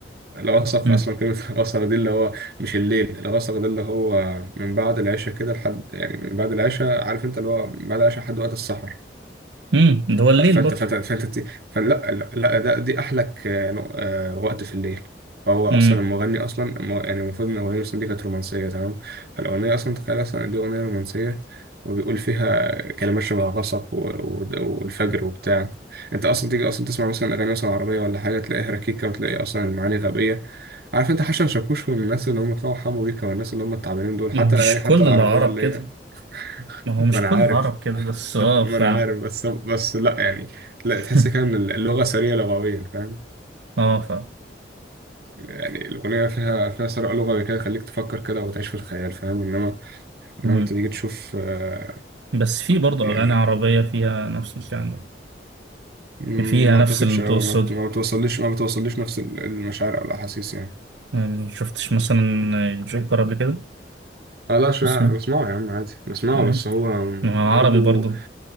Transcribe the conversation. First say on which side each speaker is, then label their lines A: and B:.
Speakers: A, on the right; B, on the right.
A: الغسق
B: مم.
A: اصلا كلمه <laughs> الغسق دي اللي هو مش الليل الغسق ده اللي هو من بعد العشاء كده لحد يعني من بعد العشاء عارف انت اللي هو من بعد العشاء لحد وقت السحر
B: مم. ده هو الليل
A: ف- فانت
B: برضو
A: فانت فانت ت- فلا لا لا، ده دي احلك آه، نو- آه، وقت في الليل فهو اصلا
B: مم.
A: المغني اصلا المو- يعني المفروض ان الاغنيه مثلا دي كانت رومانسيه تمام فالاغنيه اصلا تخيل اصلا إن دي اغنيه رومانسيه وبيقول فيها كلمات شبه غصب و- و- والفجر وبتاع انت اصلا تيجي اصلا تسمع مثلا اغاني مثلا عربيه ولا حاجه تلاقيها ركيكه وتلاقي اصلا المعاني غبيه عارف انت حسن شاكوش والناس اللي هم بتوع حمو بيكا والناس اللي هم التعبانين دول
B: مش
A: حتى الاغاني حتى
B: كل
A: العربيه
B: العرب
A: اللي
B: كده
A: هي
B: ما هو
A: ما
B: مش
A: انا
B: كل
A: عارف
B: العرب كده بس اه
A: حتى ما
B: ف
A: انا عارف بس بس لا يعني لا
B: <laughs>
A: تحس كده ان اللغه سريه لغويا فاهم
B: اه ف
A: يعني الاغنيه فيها فيها ثراء لغوي كده يخليك تفكر كده وتعيش في الخيال فاهم انما
B: مم.
A: انما انت تيجي تشوف آه،
B: بس في برضو
A: يعني
B: أغاني عربية فيها نفس الكلام ده
A: مم،
B: فيها
A: ما
B: نفس
A: اعتقدش
B: القصة
A: او ما بت- ما بتوصليش ما بتوصليش نفس ال- المشاعر او الاحاسيس يعني
B: يعني ما شفتش مثلا جوكر قبل كده
A: اه لا شوية
B: اسمه
A: بسمعه يا عم عادي بسمعه
B: آه،
A: بس هو
B: ما هو
A: برضو
B: عربي برضه